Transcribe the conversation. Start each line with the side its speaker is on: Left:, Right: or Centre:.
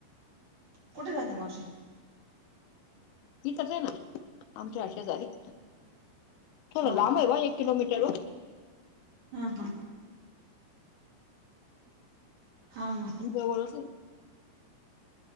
Right: कुठे राहते! मावशी
Left: हितच ये ना आमच्या शेजारी थोड
Right: हो
Left: लांब
Right: का
Left: आहे बा एक किलो मीटर
Right: हम हम हा म
Left: जवळच आहे